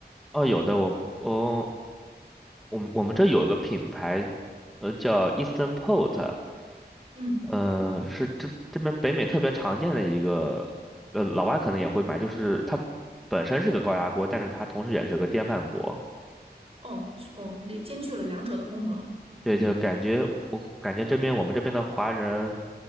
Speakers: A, in the centre; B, on the right (about 35°).
A: 哦，有的，我我我们我们这有一个品牌，呃，叫 Instant Pot，
B: 嗯。
A: 呃，是这这边北美特别常见的一个，呃，老外可能也会买，就是它本身是个高压锅，但是它同时也是个电饭锅。
B: 哦哦，兼兼具了两者的功能。
A: 对对，
B: 嗯
A: 感觉我感觉这边我们这边的华人，